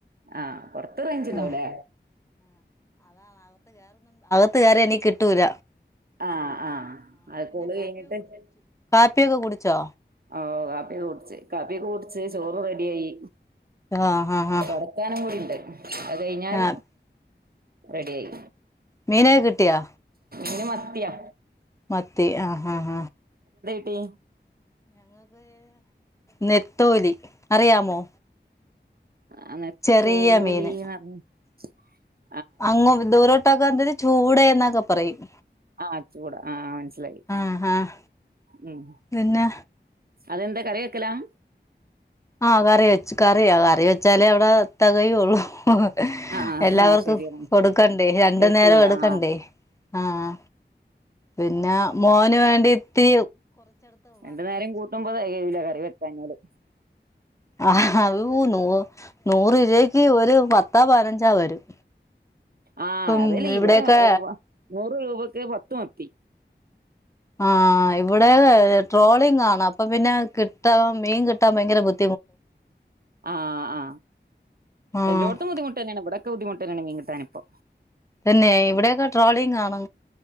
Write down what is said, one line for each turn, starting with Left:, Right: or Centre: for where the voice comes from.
Right: ആഹ പൊറത്ത് റേഞ്ച്ണ്ടാവുലേ
Left: ആഹ് ത്ത് കേറിയിനി കിട്ടൂല
Right: ആഹ്‌ ആഹ് അയ്കൂള് കയ്ഞ്ഞിട്ടന്നെ
Left: യൊക്കെ കുടിച്ചോ
Right: ഓ കാപ്പി ഒക്കെ കൂടിച്ച് കാപ്പിഒക്കെ കൂടിച്ച് ചോറ് റെഡിയായി
Left: ആഹ് ആഹ് ആഹ്
Right: തുടക്കാനും കൂടിണ്ട് അത് കയ്ഞ്ഞാൽ
Left: ആഹ്
Right: റെഡി ആയി
Left: മീനൊകെ കിട്ടിയാ
Right: ഇന് മത്തിയാ
Left: മത്ത് ത്തി ഹ ഹ ഹ
Right: ട്ടി
Left: നെത്തോലി അറിയാമോ
Right: അ നെത്തോലീന്നർഞ്
Left: ചെറിയ മീന്
Right: <inaudible>
Left: അങ്ങ് ദൂരോട്ടകാർതില് ചൂടെ ന്നക്ക പറയും
Right: ആഹ ചൂടാ ആഹ മനസിലായി
Left: ആഹ് ആഹ്
Right: ഉം
Left: പിന്നെ
Right: അതെന്താ കറി വെക്കലം
Left: ആഹ് കറി വെച്ച് കറിയ കറി വെച്ചാലെ ഇവിടെ തകയൊള്ളു ഇഹ്‌ ഹ്‌
Right: ആഹ്
Left: എല്ലാവർക്കും
Right: ആഹ് ശരിയാണ്
Left: കൊടുക്കണ്ടേ രണ്ടു
Right: എത്തൂല
Left: നേരം എടുക്കണ്ടേ
Right: ആഹ്
Left: ആ ഹാ പിന്നെ മോന് വേണ്ടിഇത്തിരി
Right: രണ്ട്നേരം കൂട്ടുമ്പോ തെകയൂല കറി വെക്കാഞ്ഞാല്
Left: അ ഹവൂ നൂർ നൂറ് രൂവക്ക് ഒരു പത്താ പതിനഞ്ചാ വരും
Right: ആഹ്
Left: ഇപ്പം
Right: അതലീ
Left: ഇവിടെയൊക്കെ
Right: ഇവിടെ വ വ നൂറ് രൂപക്ക് പത്ത് മത്തി
Left: ആ ഇവിടെ ട്രോളിങ് ആണ് അപ്പൊ പിന്നെ കിട്ടാൻ മീൻ കിട്ടാൻ ഭയങ്കര ബുദ്ധ
Right: ആഹആ
Left: ആഹ്
Right: എല്ലോട്ത്തും ബുദ്ധിമുട്ടെനെണ് ഇവിടൊക്കെ ബുദ്ധിമുട്ട് ട്ടെന്നെണ് മീൻകിട്ടാനിപ്പോ
Left: തന്നെ ഇവിടെഒക്കെ ട്രോളിങ് ആണ്